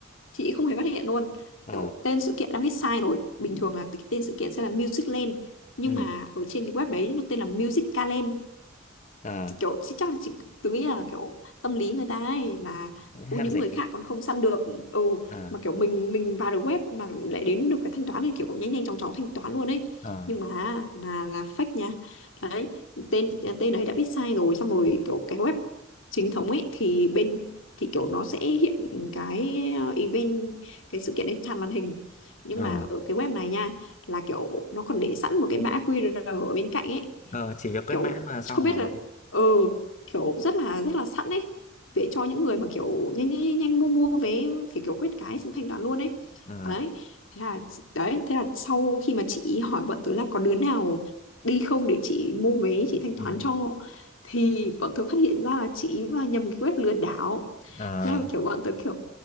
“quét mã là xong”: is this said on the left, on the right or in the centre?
Left